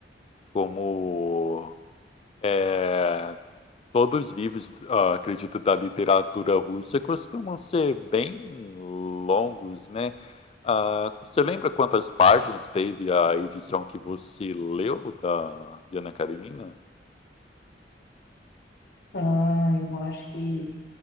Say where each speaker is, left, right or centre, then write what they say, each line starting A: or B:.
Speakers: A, on the left; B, on the left.
A: como é Todos os livros, ah, acredito, da literatura russa costumam ser bem longos, né? Ah, você lembra quantas páginas teve a edição que você leu da de Ana Karenina?
B: Ah, eu acho que